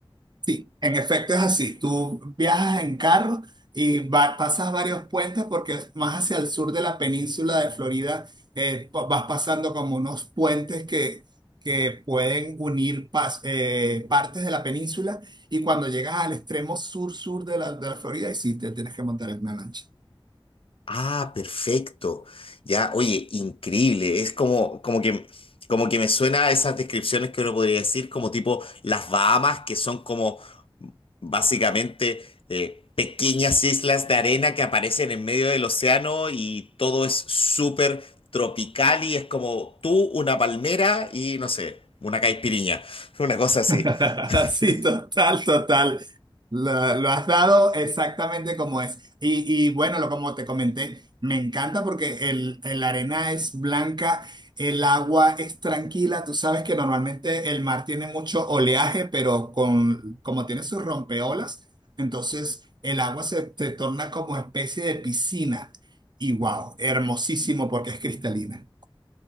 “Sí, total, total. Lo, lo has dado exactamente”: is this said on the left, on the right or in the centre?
Right